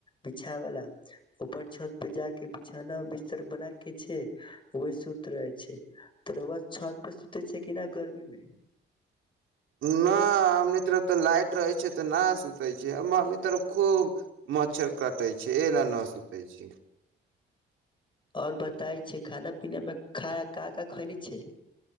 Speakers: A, on the left; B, on the right.
A: बिछा वाला ऊपर छत पे जाके बिछौना बिस्तर बना के छै वह सुत रहे छै त रउआ छत पे सुतै छै कि नहि गर्मी मे
B: न हमनी तरफ तऽ लाइट रहै छै तऽ नहि सुतै छै हम हमनी तरफ खूब मच्छर कटै छै एल नहि सुतै छी
A: ओर बताय छै खाना पीना मे खा का का खानै छै